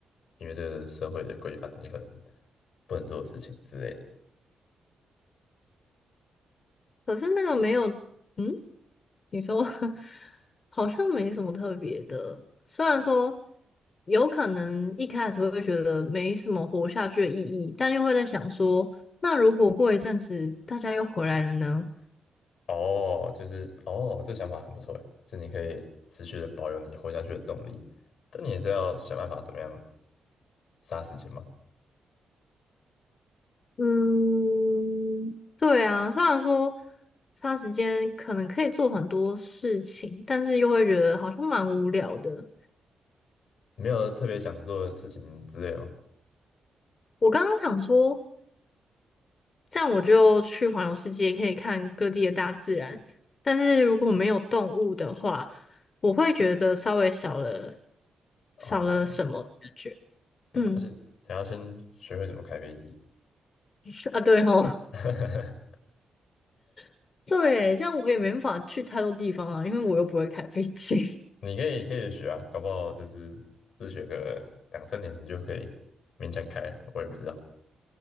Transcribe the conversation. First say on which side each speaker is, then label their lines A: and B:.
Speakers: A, on the left; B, on the left.
A: 因为这个社会的规范，你可能不能做的事情之类的。
B: 可是那个没有，嗯。你说 <laughs> 好像没什么特别的，虽然说有可能一开始会觉得没什么活下去的意义，但又会在想说，那如果过一阵子大家又回来了呢？
A: 哦，就是哦，这想法很不错诶，就你可以持续的保有你活下去的动力，但你也是要想办法怎么样杀时间嘛。
B: 嗯，对啊，虽然说差时间可能可以做很多事情，但是又会觉得好像蛮无聊的。
A: 没有特别想做的事情之类的吗？
B: 我刚刚想说，这样我就去环游世界，可以看各地的大自然。但是如果没有动物的话，我会觉得稍微少了
A: 哦，
B: 少了什么感觉。
A: 对啊，
B: 嗯，
A: 而且还要先学会怎么开飞机，
B: <laughs> 啊，对吼，
A: <laughs>
B: <laughs> 对，这样我也没办法去太多地方啊，因为我又不会开飞机。
A: 你可以可以学啊，搞不好就是自学个两三年，你就可以勉强开了我也不知道，